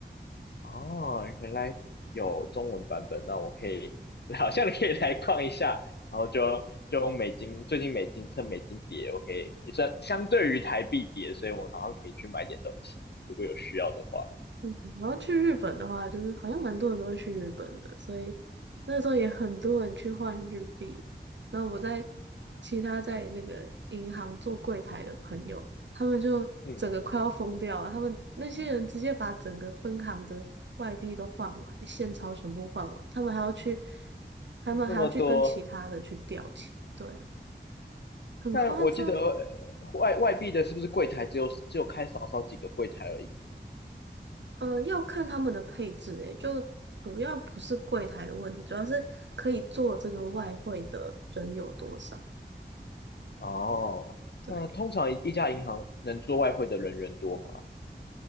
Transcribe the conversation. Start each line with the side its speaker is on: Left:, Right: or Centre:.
Left: 哦，原来有中文版本，那我可以，<laughs> 好像可以来逛一下，然后就就用美金，最近美金趁美金跌，我可以也算相对于台币跌，所以我好像可以去买点东西，如果有需要的话。
Right: 嗯，然后去日本的话，就是好像蛮多人都会去日本的，所以那时候也很多人去换日币。然后我在其他在那个银行做柜台的朋友，他们就整个快要疯掉了。
Left: 嗯，
Right: 他们那些人直接把整个分行的外币都换完，现钞全部换完，他们还要去，他们还要去跟其他的去调钱，
Left: 这么多，
Right: 对啊，很夸张。
Left: 但我记得呃外外币的是不是柜台只有只有开少少几个柜台而已？
Right: 呃，要看他们的配置，诶，就主要不是柜台的问题，主要是可以做这个外汇的人有多少。
Left: 哦，
Right: 对，
Left: 那通常一一家银行能做外汇的人员多吗？